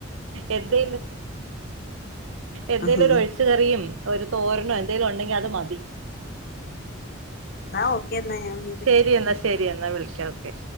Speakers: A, on the right; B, on the left.
A: എന്തേലും എന്തേലും
B: ആഹ്
A: ഒരു ഒഴിച്ച് കറിയും, ഒരു തോരനോ എന്തേലും ഉണ്ടെങ്കി അത് മതി.
B: എന്നാ ഓക്കെന്ന ഞാന്
A: ശരി എന്നാ ശരി എന്നാ വിളിക്കാ ഓക്കെ.